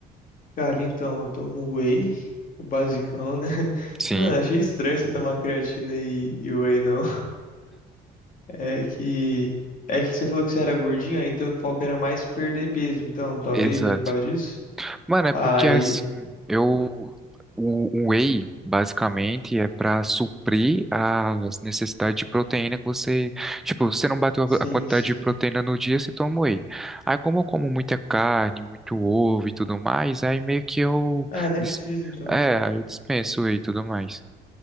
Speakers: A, on the left (about 55°); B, in the centre.
A: Cara, então, eu tomo whey, o basicão, né? <laughs>
B: Sim,
A: Mano, achei estranho você tomar creatina e, e whey, não. É que. É que você falou que você era gordinho, aí teu foco era mais perder peso, então, talvez,
B: exato.
A: é por causa disso?
B: Mano, é
A: Aí,
B: porque assim, eu o, o whey basicamente é para suprir as necessidades de proteína que você, tipo, você não bateu a
A: sim,
B: a quantidade
A: sim.
B: de proteína no dia, você toma whey. Aí como eu como muita carne, muito ovo e tudo mais, aí meio que eu
A: Ah, nem
B: dis-
A: preciso, então.
B: é, aí eu dispenso whey e tudo mais.